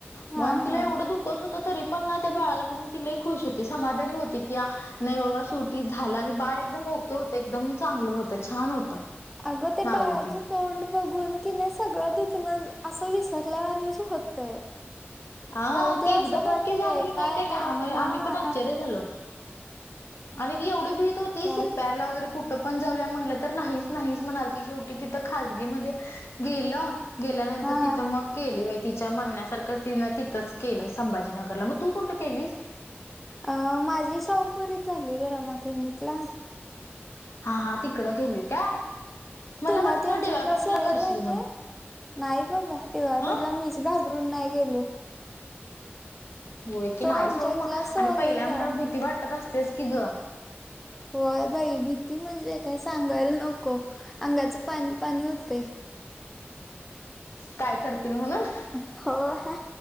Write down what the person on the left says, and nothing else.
पण
तिला एवढं दुख दुखत होत तरी पण ना त्या बाळाला बघून ती लय खुश होती. समाधानी होती. कि नाही बाबा शेवटी झालं आणि बाळ एकदम ओके होतं. एकदम चांगलं होतं, छान होतं.
नारळ
ती
हा
ती एकदम
ओके झाली
माहितीय का आम्हा
आम्ही पण आश्चर्य झालो, आणि ती एवढी भीत होती.
सी पी आर ला वगैरे कुठं पण जाऊया म्हटलं तर नाहीच. नाहीच म्हणाल ती शेवटी तिथं खाजगी मध्ये गेलं गेल्यानंतर
तिथं मग केली बाई. तिच्या म्हणण्यासारखं तिनं तिथंच केलंय, संभाजीनगरला मग तू कुठं केली.
हा हा, तिकडं गेली काय. मला
वाटलं
डी वाय
पाटीलला
करशील
म्हणून
हा
होय की
नाही.
सोड मग
आणि पहिल्या मुलावर
भीती वाटत असतेच की ग.
काय करतील म्हणून